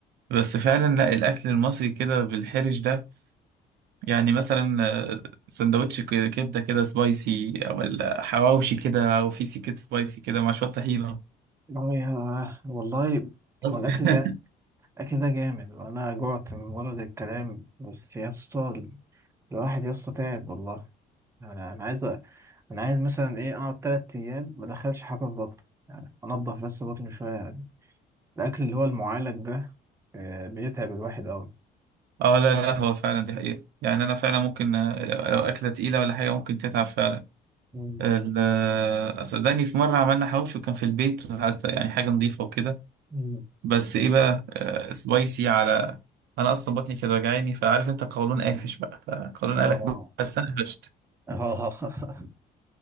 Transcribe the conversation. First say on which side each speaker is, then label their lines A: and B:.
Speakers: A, on the right (about 75°); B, on the right (about 15°).
A: بس فعلا لا الاكل المصري كده بالحرش ده يعني مثلا آه، سندوتش ك- كبده كده سبايسي او ال- حواوشي كده او في سكه سبايسي كده مع شويه طحينه
B: هو يا والله
A: شفت؟
B: هو الاكل
A: <laughs>
B: ده أكيد ده جامد وأنا جعت من ورد الكلام بس يا اسطى الواحد يا اسطى تعب والله أنا أنا عايز أ- أنا عايز مثلا إيه أقعد تلات أيام ما أدخلش حاجة في بطني يعني أنضف بس بطني شوية يعني. الأكل اللي هو المعالج ده آه، بيتعب الواحد أوي
A: اه لا لا هو فعلا دي حقيقه يعني انا فعلا ممكن آه، لو اكله تقيله ولا حاجه ممكن تتعب فعلا
B: مم.
A: ال- آه، صدقني في مره عملنا حواوشي وكان في البيت حتى يعني حاجه نظيفه وكده
B: مم.
A: بس ايه بقى آه، سبايسي على انا اصلا بطني كانت وجعاني فعارف انت قولون قافش بقى فقولون قالك
B: آه
A: بس انا قفشت
B: آه <laughs>